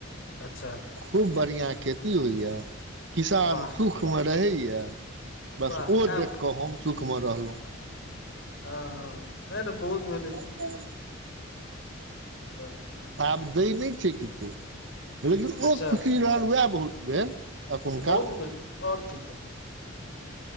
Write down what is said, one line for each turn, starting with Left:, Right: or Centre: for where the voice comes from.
Left: अच्छा
Right: खूब बढ़ियाँ खेती होइया किसान
Left: वाह
Right: सुखमे रहैया बस
Left: वाह
Right: ओ
Left: आब
Right: देखि
Left: की छै
Right: कऽ हम सुखमे रहलहुँ
Left: हाँ हाँ नहि नहि बहुत भेलै कि
Right: हूँ
Left: हँ
Right: आब दै नहि छै किछो लेकिन ओ
Left: अच्छा
Right: खुशी रहल वहाए बहुत भेल एखुनका
Left: बहुत भेल आओर की तऽ